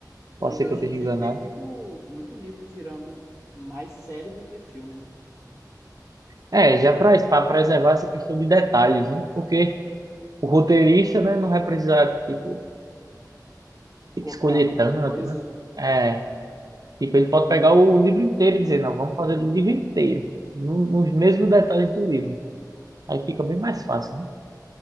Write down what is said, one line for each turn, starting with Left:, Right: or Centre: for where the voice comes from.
Right: Pode
Left: Mas
Right: ser
Left: hoje
Right: que eu esteja
Left: em dia
Right: enganado.
Left: tem muito, muito livro virando mais série do que filme, né?
Right: É, já para preservar essa questão de detalhes, né? Porque o roteirista, né, não vai precisar, tipo, ter
Left: Cortar
Right: que escolher
Left: muita
Right: tanto,
Left: coisa,
Right: né? É, tipo, ele pode pegar o livro inteiro e dizer, não, vamos fazer do livro inteiro, no- nos mesmos detalhes do livro. Aí fica bem mais fácil, né?